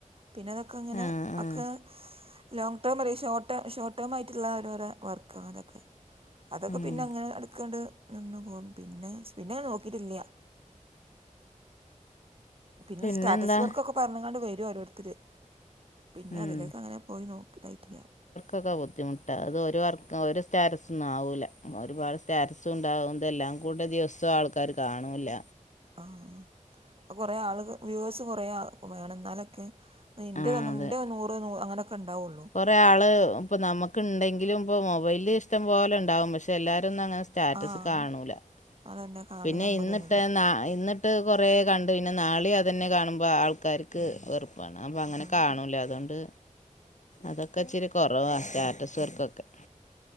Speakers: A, on the right; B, on the left.
A: പിന്നെ അതൊക്കെങ്ങനെ
B: ആഹ് ആഹ്
A: ഒക്കെ ലോങ്ങ് ടേം അരെ ഈ ഷോർട്ടേ ഷോർട്ട് ടേം ആയിട്ടുള്ള ഓരോരെ വർക്ക് അതൊക്കെ അതൊക്കെ
B: ഉം
A: പിന്നെ അങ്ങനെ എടക്ക്‌ണ്ട് നിന്നു പോകും. പിന്നെ പിന്നെ ഞാൻ നോക്കിട്ടില്ല്യ പിന്നെ
B: പിന്നെന്താ
A: സ്റ്റാറ്റസ് വർക്കൊക്കെ പറഞ്ഞ് ങ്ങാണ്ട് വരും ഓരോരുത്തര് പിന്നെ
B: ഉം
A: അതിലേക്ക് അങ്ങനെ പോയി നോക്കി ഇതായിട്ടില്ല
B: പ്പൊ ക്കെ <unintelligible> ട്ട അത് ഒരു വർക്കും ഒരു സ്റ്റാറ്റസൊന്നും ആവൂല്ല ഒരുപാട് സ്റ്റാറ്റസു ഉണ്ടാവുന്നതെല്ലാം കൂടെ ദിവസോ ആള് ക്കാര് കാണുല്ല
A: ആഹ് അഹ് അകൊറേ ആളുക വ്യൂവേഴ്സ് കുറേ ആ വേണം ന്നാലൊക്കെ ന്നിന്റെത്
B: ആഹ്
A: ന്റെ
B: അതെ
A: നൂറ് നൂ അങ്ങനെയൊക്കെ ഉണ്ടാവുള്ളൂ
B: കൊറേ ആള് ഇപ്പോ നമക്ക് ഇണ്ടങ്കിലും ഇപ്പോൾ മൊബൈല് ഇഷ്ടം പോലെ ഉണ്ടാാവും പക്ഷെ എല്ലാരും ഒന്നും അങ്ങനെ സ്റ്റാറ്റസ്
A: ആഹ്
B: കാണൂല
A: അതന്നെ കാണണം
B: പിന്നെ
A: നിർബന്ധമൊന്നുമില്ല
B: ഇന്നിട്ടേ നാ ഇന്ന് ട്ട് കൊറേ കണ്ട് പിന്നെ നാളെ അത് തന്നെ കാണുമ്പോൾ ആൾക്കാർക്ക് വെറു വണം അമ്പോ അങ്ങനെ
A: ഉം.
B: കാണുല്ല അതുകൊണ്ട് അതൊക്കെ ഇച്ചിരി കൊറവാ സ്റ്റാറ്റസ് വർക്കൊക്കെ